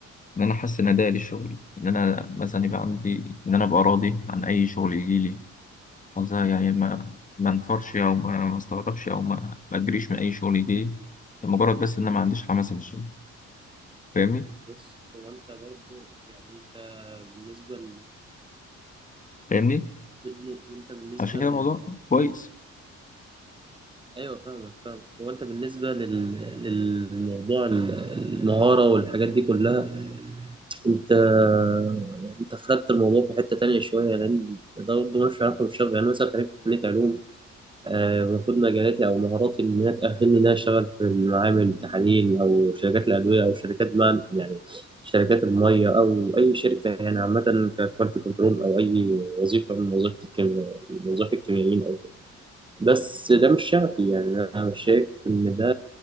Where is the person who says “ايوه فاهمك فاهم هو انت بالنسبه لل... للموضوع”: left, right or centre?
Right